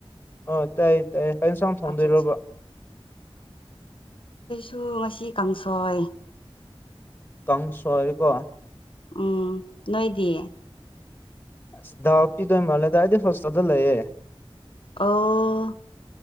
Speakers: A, on the left; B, on the left.
A: ꯑꯥ ꯇꯥꯏꯌꯦ ꯇꯥꯏꯌꯦ ꯍꯌꯦꯡꯁꯥꯡ ꯊꯣꯡꯗꯣꯏꯔꯕ
B: ꯑꯠꯆꯥ ꯑꯠꯆꯥ ꯁꯨ ꯉꯁꯤ ꯀꯥꯡꯁꯣꯏ
A: ꯀꯪ ꯁꯣꯔꯤ ꯀꯣ
B: ꯎꯝ ꯅꯣꯏꯗꯤꯌꯦ
A: ꯑ ꯗꯥꯎ ꯄꯤꯗꯣ ꯏ ꯃꯥꯂꯦꯗ ꯑꯩꯗꯤ ꯍꯣꯁꯇꯗ ꯂꯩꯌꯦꯦ
B: ꯑꯥ